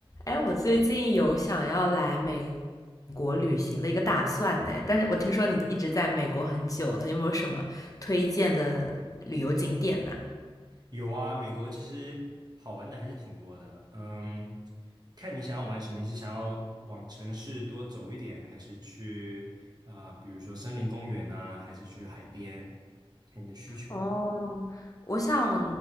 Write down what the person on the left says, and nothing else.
哎，我最近有想要来美国旅行的一个打算呢，但是我听说你一直在美国很久了，有没有什么推荐的旅游景点呢？
哦，我想，